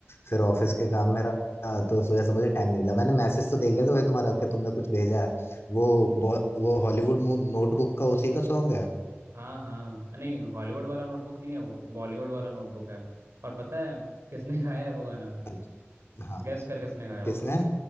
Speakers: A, on the left (about 65°); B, on the right (about 70°).
A: फिर ऑफिस के काम में रहा तो इस वजह से मुझे टाइम नहीं मिला मैंने मैसेज तो देख लिया था भाई तुम्हारा कि तुमने कुछ भेजा है वो बहु- वो हॉलीवुड नोटबुक का उसी का सॉन्ग है
B: हाँ हाँ नहीं हॉलीवुड वाला नोटबुक नहीं है वो बॉलीवुड वाला नोटबुक है और पता है किसने <laughs> गाया है वो गाना
A: अच्छा। हाँ
B: गैस कर किसने गाया होगा
A: किसने